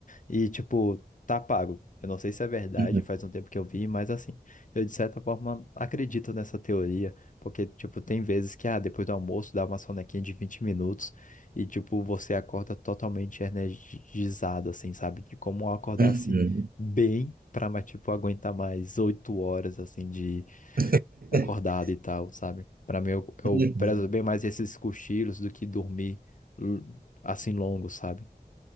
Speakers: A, on the left; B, on the right.
A: E, tipo, tá pago. Eu não sei se é verdade,
B: Uhum,
A: faz um tempo que eu vi, mas assim, eu de certa forma acredito nessa teoria, porque, tipo, tem vezes que, ah, depois do almoço dá uma sonequinha de 20 minutos e, tipo, você acorda totalmente energizado, assim, sabe? De como eu acordasse
B: uhum,
A: bem pra, mas, tipo, aguentar mais 8 horas, assim, de
B: <laughs>
A: acordado e tal, sabe? Pra mim, eu, eu
B: uhum.
A: prezo bem mais esses cochilos do que dormir, l- assim, longo, sabe?